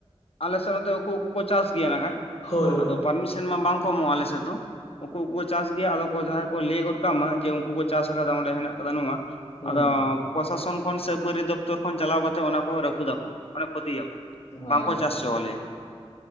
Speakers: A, on the left; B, on the left.
A: ᱟᱞᱮᱥᱮᱜ ᱱᱚᱛᱮ ᱩᱠᱩ ᱩᱠᱩ ᱠᱚ ᱪᱟᱥ ᱜᱤᱭᱟ ᱱᱟᱠᱷᱟᱡ
B: ᱦᱳᱭ
A: ᱟᱫᱚ ᱯᱟᱨᱢᱤᱥᱚᱱ ᱢᱟ ᱵᱟᱝ ᱠᱚ ᱮᱢᱚᱜᱼᱟ ᱟᱞᱮᱥᱮᱫ ᱫᱚ ᱾ ᱩᱠᱩ ᱩᱠᱩ ᱪᱟᱥ ᱜᱮᱭᱟ ᱟᱫᱚ ᱠᱚ ᱡᱟᱦᱟᱸᱭ ᱠᱚ ᱞᱟᱹᱭ ᱜᱚᱫ ᱠᱟᱜ ᱢᱟ ᱡᱮ ᱩᱱᱠᱩ ᱠᱚ ᱪᱟᱥ ᱟᱠᱟᱫᱟ ᱚᱸᱰᱮ ᱦᱮᱱᱟᱜ ᱟᱠᱟᱫᱟ ᱱᱚᱣᱟ ᱾
B: ᱦᱩᱸ
A: ᱟᱫᱚ ᱯᱨᱚᱥᱟᱥᱚᱱ ᱠᱷᱚᱱ ᱥᱮ ᱵᱟᱹᱨᱤ ᱫᱚᱯᱛᱚᱨ ᱠᱷᱚᱱ ᱪᱟᱞᱟᱣ ᱠᱟᱛᱮᱫ ᱚᱱᱟᱠᱚ ᱨᱟᱹᱯᱩ ᱫᱟᱠᱚ ᱾ ᱢᱟᱱᱮ ᱠᱷᱚᱛᱤ ᱭᱟᱢ
B: ᱦᱮᱸ
A: ᱵᱟᱝᱠᱚ ᱪᱟᱥ ᱪᱚᱞᱤᱭᱟ ᱾